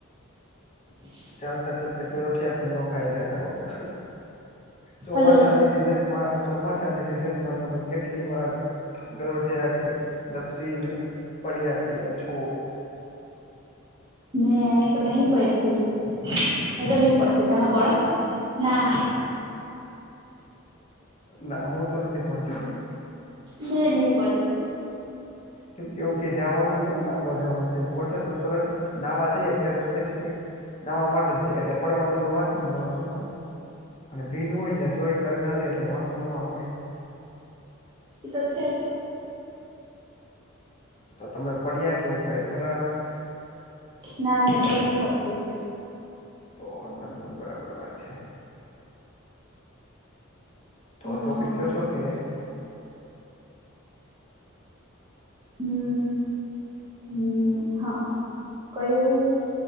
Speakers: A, on the left; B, on the right.
A: ચાલતા ચાલતા ગયોઠિયા પણ નો ખાઈ જાતા હો, ચોમાસાની
B: હલો
A: સિઝનમાં, ચોમાસાની સિઝનમાં તમે કેટલી વાર ઘરોઠ્યા કે લપસી ને પડ્યા પડ્યા છો.
B: મેં તો નહી પહેરતી મે તો નહી પડતી તમે પડો છો ના
A: ના હું તો નથી પડતો
B: લે નહિ પડતી
A: કેમ કે એવું કે જવાનું ન હોય ને આવા જવાનું કેમ વરસાદ તો પલટ નાવા જાય જ્યાં સ્પેસિફિક નવા માટે જાય, એટલે પડવાનું તો વાત જ ન આવે એમાં. અને ભીનું હોય ન્યા જોઈ કરી ને હાલે એટલે વાંધો ન આવે.
B: એ તો છે જ.
A: તો તમે પડ્યા કે એવું કઈ ખરા?
B: ના, મેં તો નહીં પડતી.
A: તો વાંધો નઈ તો બરાબર વાત છે. તો
B: હા
A: ટોપિક ક્યો છો કે
B: હમ્મ હમ્મ હા. કયું